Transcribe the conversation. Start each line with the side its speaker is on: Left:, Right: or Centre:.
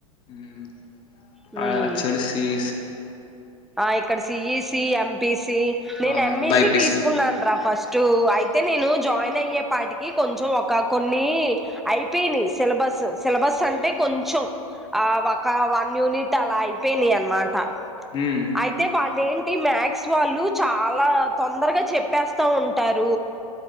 Left: మ్
Centre: ఉమ్
Left: అద్ సిఇ
Centre: ఆ ఇక్కడ్ సీఈసి, ఎంపీసి నేన్
Left: అవునవును
Centre: ఎంఈసి
Left: బైపీసి
Centre: తీస్కున్నాన్రా ఫస్ టు అయితే నేను జాయిన్ అయ్యేపాటికి కొంచెం ఒక కొన్ని అయిపోయినై సిలబ స్ సిలబస్ అంటే కొంచెం ఆ వక వన్ యూనిట్ అలా అయిపోయినయి అన్మాట
Left: ఉమ్
Centre: అయితే వాల్ లేంటి మాక్స్ వాళ్ళు చాలా తొందర్గా చెప్పేస్తా ఉంటారు.